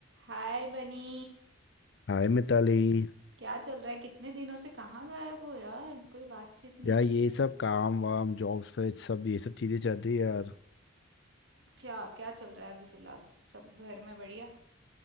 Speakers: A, on the right (about 60°); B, on the left (about 60°).
A: हाय Bunny
B: हाय मिताली
A: क्या चल रहा है कितने दिनों से कहाँ गायब हो यार कोई बातचीत नहीं
B: यार
A: कुछ
B: ये
A: नहीं
B: सब काम वाम जॉब स्विच सब ये सब चीज़ें चल रही है यार
A: क्या क्या चल रहा है अभी फिलहाल सब घर में बढ़िया